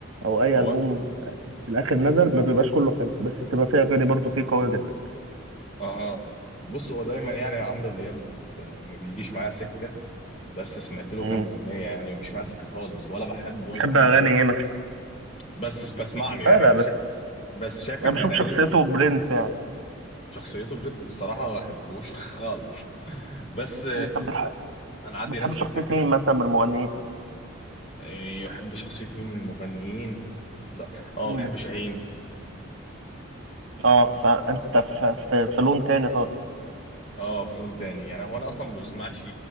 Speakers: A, on the right (about 75°); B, on the left (about 30°).
A: أو أي
B: هو
A: ألبوم في الآخر نزل ما بيبقاش كله حلو بس بتبقى فيه أغاني برضه فيه قوية جدا
B: اه بص هو دايما يعني عمرو دياب ما بيجيش معايا سكه بس سمعت له
A: مم.
B: كام اغنيه يعني ما بيجيش معايا سكه خالص ولا بحبه ولا
A: بتحب
B: بحب
A: أغاني
B: شخص
A: إيه مثلا؟
B: بس بسمع له يعني
A: لا لا
B: انا
A: بس
B: شا... بس شايف
A: أنا
B: ان
A: بشوف
B: اغانيه
A: شخصيته برنس يعني
B: شخصيته بر- بصراحه ما بحبوش خالص <laughs> بس
A: طب
B: انا عندي
A: بتحب
B: نفس
A: شخصية
B: الفكره
A: مين مثلا من المغنيين؟
B: إيه، بحب شخصية مين من المغنيين ده- اه
A: مم.
B: بحب شاهين
A: اه فانت في في في لون تاني خالص
B: اه في لون تاني يعني هو انا اصلا ما بسمعش